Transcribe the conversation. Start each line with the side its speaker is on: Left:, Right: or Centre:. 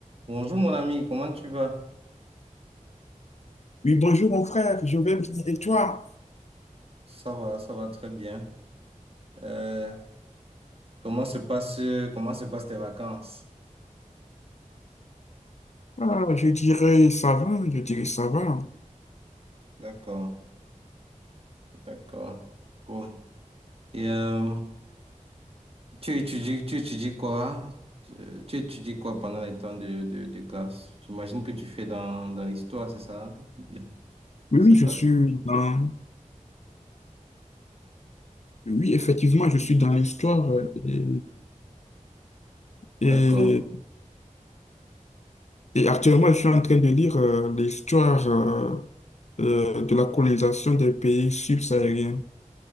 Right: Bonjour mon ami, comment tu vas?
Left: Oui, bonjour mon frère, je vais bien. Et toi?
Right: Ça va, ça va très bien. Euh, comment se passe, comment se passent tes vacances?
Left: Ah, je dirais ça va, je dirais ça va.
Right: D'accord, d'accord, cool. Et euh, tu étudies, tu étudies quoi? Tu, tu étudies quoi pendant les temps de, de, de classe? J'imagine que tu fais dans, dans l'histoire, c'est ça? Bien,
Left: Oui,
Right: c'est
Left: oui, je
Right: pas
Left: suis
Right: ça.
Left: dans... Oui, effectivement, je suis dans l'histoire euh, et, et-
Right: D'accord.
Left: et actuellement, je suis en train de lire euh, l'histoire euh, euh, de la colonisation des pays subsahariens.